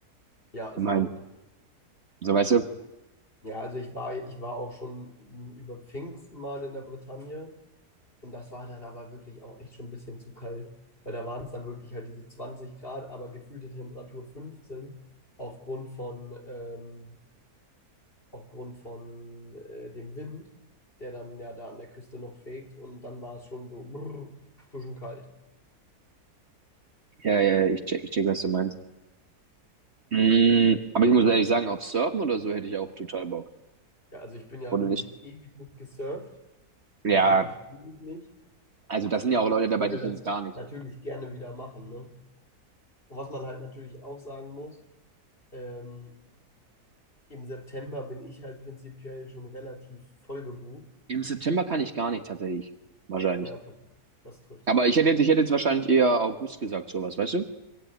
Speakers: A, on the left; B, on the right.
A: ja, ist
B: ich meine,
A: ein Punkt.
B: so weißt du,
A: Ja, also ich war, ich war auch schon über Pfingsten mal in der Bretagne und das war dann aber wirklich auch echt schon ein bisschen zu kalt, weil da waren es dann wirklich halt diese 20 Grad, aber gefühlte Temperatur 15 aufgrund von, ähm, aufgrund von äh, dem Wind, der dann ja da an der Küste noch fegt und dann war es schon so brrr, schon kalt.
B: Ja, ja, ich check, ich check, was du meinst. Mm, aber ich muss ehrlich sagen, auf Surfen oder so hätte ich auch total Bock.
A: Ja, also ich bin ja
B: Oder
A: wirklich
B: nicht?
A: ewig nicht gesurft,
B: Ja,
A: also wirklich ewig nicht,
B: also das sind ja
A: aber
B: auch Leute
A: ich
B: dabei,
A: würde
B: die können
A: das
B: es gar nicht.
A: natürlich gerne wieder machen, ne? Und was man halt natürlich auch sagen muss, ähm, im September bin ich halt prinzipiell schon relativ voll gebucht.
B: Im September kann ich gar nicht tatsächlich. Wahrscheinlich.
A: Ja, perfekt. das trifft
B: Aber
A: sich
B: ich
A: gut.
B: hätte jetzt, ich hätte jetzt wahrscheinlich eher August gesagt, sowas, weißt du?